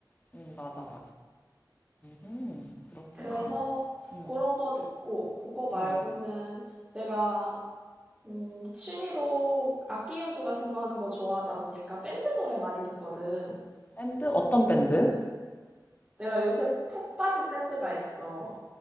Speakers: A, on the left; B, on the right.
A: 음, 맞아, 맞아. 음, 그렇구나.
B: 그래서
A: 음,
B: 그런 거 듣고, 그거 말고는
A: 음.
B: 내가, 음, 취미로 악기 연주 같은 거 하는 거 좋아하다 보니까 밴드 노래 많이 듣거든.
A: 밴드? 어떤 밴드?
B: 내가 요새 푹 빠진 밴드가 있어.